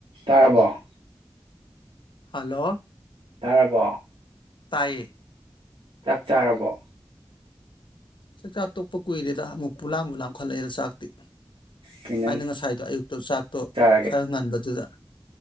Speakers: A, on the right (about 85°); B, on the left (about 65°).
A: ꯇꯥꯔꯕꫭ꯫
B: Hello
A: ꯇꯥꯔꯕꯣ
B: ꯇꯥꯏꯌꯦ
A: ꯆꯥꯛ ꯆꯥꯔꯕꯣ
B: ꯆꯥꯛ ꯆꯥ ꯇꯣꯛꯞꯄ ꯀꯨꯏꯔꯦꯗ ꯑꯃꯨꯛ ꯄꯨ ꯂꯥꯝ ꯕꯨ ꯂꯥꯝꯈꯠꯂꯛꯑꯦꯗ ꯆꯥꯛꯇꯤ
A: ꯀꯩꯅꯪ
B: ꯑꯩꯅ ꯉꯁꯥꯏꯗꯣ ꯑꯌꯨꯛ ꯇꯣ ꯆꯥꯛꯇꯣ
A: ꯆꯥꯔꯒꯦ
B: ꯈꯔ ꯉꯟꯕꯗꯨꯗ